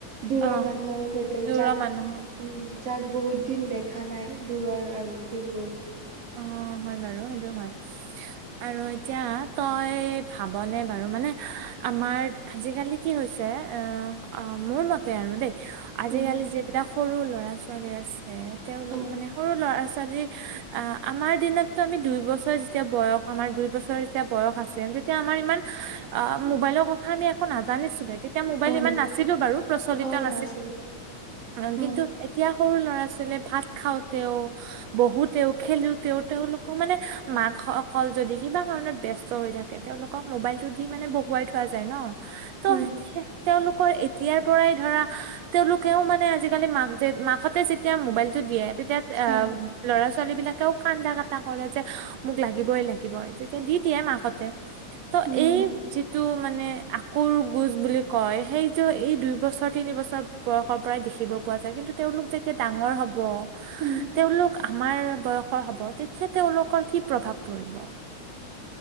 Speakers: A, on the right (about 55°); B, on the right (about 70°).
A: দূৰৰ
B: অ
A: মানুহৰ সৈতে
B: দূৰৰ
A: যাক
B: মানুহৰ
A: উম যাক বহুত দিন দেখা নায় দূৰৰ আৰু যোনবোৰ।
B: অ', হয় বাৰু সেইটো হয় আৰু এতিয়া তই ভাবনে বাৰু মানে আমাৰ আজিকালি কি হৈছে অ', অহ মোৰ মতে আৰু দেই আজিকালি
A: উম
B: যিবিলাক সৰু ল'ৰা -ছোৱালী আছে তেওঁ
A: অ
B: মানে সৰু ল'ৰা -ছোৱাল আজিকালি আমাৰ দিনততো আমি দুই বছৰ যেতিয়া বয়স আমাৰ দুই বছৰ যেতিয়া বয়স আছে তেতিয়া আমাৰ ইমান অহ, মোবাইলৰ কথা আমি একো নাজানিছিলোয়ে তেত তেতিয়া মোবাইল
A: অ
B: ইমান নাছিলো বাৰু প্ৰচলিত
A: অ
B: নাছিল
A: নাছিলে
B: কাৰণ কিন্তু
A: অ
B: এতিয়া সৰু ল'ৰা -ছোৱালীয়ে ভাত খাওঁতেও বহুত তেওঁ খেলিওঁ তেওঁ তেওঁলোকক মানে মাক অকল যদি কিবা কাৰণত ব্যস্ত হৈ থাকে তেওঁলোকক মোবাইলটো দি মানে বহুৱাই থোৱা যায় ন ত
A: উম
B: সে তেওঁলোকৰ কৈ এতিয়াৰ পৰাই ধৰা তেওঁলোকেওঁ মানে আজিকালি মাক যে মাকহতে যেতিয়া মোবাইলটো দিয়ে। তেতিয়া এ
A: অ
B: ল'ৰা ছোৱালী বিলাকেও কান্দা- কটা কৰে যে মোক লাগিবই লাগিব তেতিয়া দি দিয়ে মাকহতে। ত
A: উম
B: এই যিটো মানে আকুৰ গোজ বুলি কয় সেইটো এই দুই বছৰ তিনি বছৰ বয়সৰ পৰাই দেখিব পোৱা যায় কিন্তু তেওঁলোক যেতিয়া ডাঙৰ হ'ব
A: উম
B: তেওঁলোক আমাৰ বয়সৰ হব তেতিয়া তেওঁওলোকৰ কি প্ৰভাৱ পৰিব?